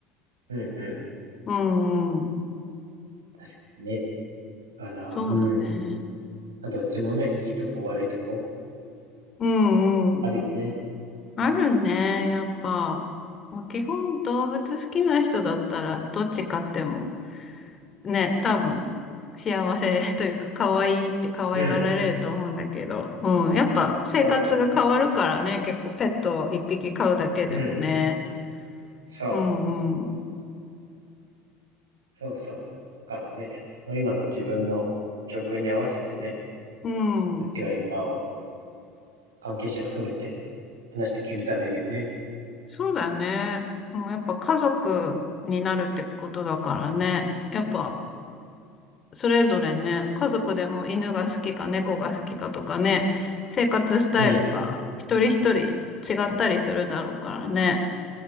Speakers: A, on the right (about 80°); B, on the left (about 35°).
A: うん、うん、うん。
B: うんうん。
A: 確かにね。だから、
B: そうだね。
A: うん。まあどっちもね、いいとこ悪いとこ
B: うんうん。
A: あるよね。
B: あるね、やっぱ。まあ、基本動物好きな人だったら、どっち飼っても、ね、多分、幸せというか、可愛いって可愛がられると思うんだけど、
A: うん。
B: うん、やっぱ生活が変わるからね、
A: そうそう。
B: 結構ペットを一匹飼うだけでもね。
A: うん。そう。
B: うんうん。
A: そうそう。だからね、まあ、今の自分の状況に合わせてね、
B: うん。
A: どっちがいいかを関係者含めて話して決めたらいいよね。
B: そうだね。もうやっぱ家族になるってことだからね。やっぱそれぞれね、家族でも犬が好きか猫が好きかとかね、生活スタイルが一人一人違
A: うん。
B: ったりするだろうからね、